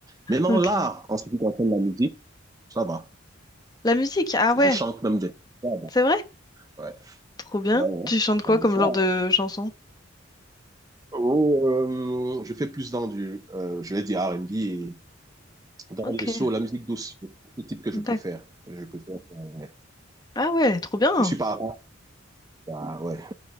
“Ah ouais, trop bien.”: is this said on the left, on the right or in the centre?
Left